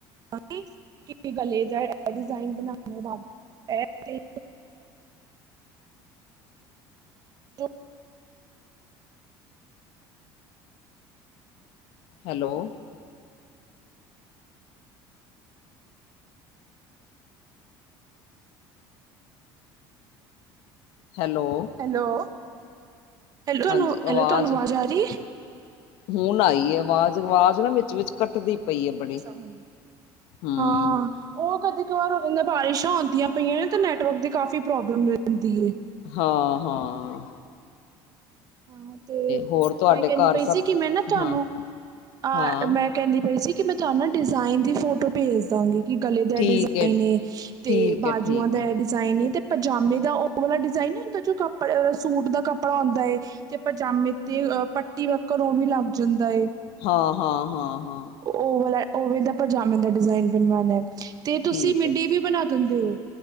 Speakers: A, on the right; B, on the left.
A: ਹਾਂਜੀ, ਕਿਸੀ ਗਲੇ ਦਾ ਐ ਡਿਜ਼ਾਇਨ ਬਣਾਨੇ ਬਾਦ ਐਪ ਤੇ ਅਹ
B: ਹੈਲੋ‌ ਹੈਲੋ।
A: ਹੈਲੋ ‌‌, ਹੈਲੋ ਤੁਹਾਨੂੰ‌,
B: ਹਾਂਜੀ
A: ਹੈਲੋ
B: ਆਵਾਜ਼
A: ਤੁਹਾਨੂੰ ਅਵਾਜ਼ ਆ ਰਹੀ ਏ।
B: ਹੁਣ ਆਈਏ ਆਵਾਜ਼, ਆਵਾਜ਼ ਨਾ ਵਿੱਚ-ਵਿਚ ਕੱਟ ਦੀ ਪਈ ਏ ਬੜੀ,
A: ਅੱਛਾ ਹੁਣ
B: ਹੂੰ।
A: ਹਾਂ ਉਹ ਕਦੇ ਕ ਵਾਰ ਹੋ ਜਾਂਦਾ, ਉਹ ਬਾਰਿਸ਼ਾਂ ਆਉਂਦੀਆਂ ਪਈਆਂ ਤਾਂ ਨੈਟਵਰਕ ਦੀ ਕਾਫ਼ੀ ਪ੍ਰੋਬਲਮ ਰਹਿੰਦੀ ਏ।
B: ਹਾ-ਹਾਂ।
A: ਹਾਂ, ਤੇ
B: ਹੋਰ ਤੁਹਾਡੇ
A: ਮੈਂ ਕਹਿੰਦੀ
B: ਘਰ
A: ਪਈ
B: ਸਭ
A: ਸੀ ਕਿ ਮੈਂ ਨਾ ਤਹਾਨੂੰ
B: ਹਾਂ
A: ਆਹ
B: ਹਾਂ
A: ਮੈਂ ਕਹਿੰਦੀ ਪਈ ਸੀ ਕਿ ''ਮੈਂ ਤੁਹਾਨੂੰ ਨਾ ਡਿਜ਼ਾਇਨ ਦੀ ਫੋਟੋ ਭੇਜ ਦਾਂਗੀ। ਕਿ ਗਲੇ ਦਾ
B: ਠੀਕ
A: ਡਿਜ਼ਾਇਨ
B: ਹੈ
A: ਏ, ਤੇ
B: ਠੀਕ
A: ਬਾਜੂਆਂ
B: ਹੈ ਠੀਕ
A: ਦਾ
B: ਹੈ
A: ਡਿਜ਼ਾਇਨ, ਤੇ ਪਜਾਮੇ ਦਾ ਉਹ ਵਾਲਾ ਡਿਜ਼ਾਇਨ ਨਹੀਂ ਹੁੰਦਾ ਜੋ ਕੱਪੜੇ ਸੂਟ ਦਾ ਕੱਪੜਾ ਹੁੰਦਾ ਏ। ਤੇ ਪਜਾਮੇ ਤੇ, ਅ ਪੱਟੀ ਵੱਕਰ ਉਹ ਵੀ ਲੱਗ ਜਾਂਦਾ ਏ।
B: ਹਾਂ, ਹਾਂ, ਹਾਂ, ਹਾਂ।
A: ਓ ਵਾਲਾ, ਓਵੇ ਦਾ ਪਜਾਮੇ ਦਾ ਡਿਜ਼ਾਇਨ ਬਣਵਾਣਾ ਏ, ਤੇ
B: ਠੀਕ
A: ਤੁਸੀਂ ਮਿੱਡੀ
B: ਹੈ
A: ਵੀ ਬਣਾ ਦਿੰਦੇ ਓ?